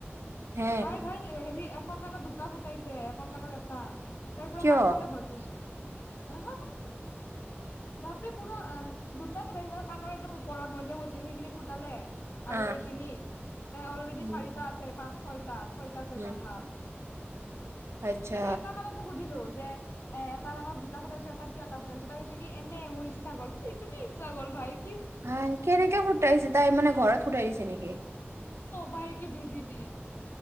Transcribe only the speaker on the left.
তাই ভাই হেৰি এখন কাণত দুটা ফুটাইছে এখন কাণত এটা তাৰৰ পৰা
কাণখনে ভৰ্তিছোন। আহ হা হা বাপৰে পুৰা আহ দুটা ফুটাইছে মান কাৰ একদম ওপৰত মই যে গৈছিলো সেইখিনিত ফুটালে
আৰু এইখিনিত ত অলৰেডি
চাৰিটা আছে পাঁচ ছয় ছয়তা ছয়তা
ভাৱ।
কিন্তু এটা কাৰণে মোক সুধিলো যে এ এটা কানত দুটা ফুটাইছ এটাত কিয় এটা ফুটাইছ? তাই কৈছে কি এনে মোৰ ইচ্ছা গ'ল। সেইটোকি ইচ্ছা গ'ল ভাইক।
বাইকে বেজি দি।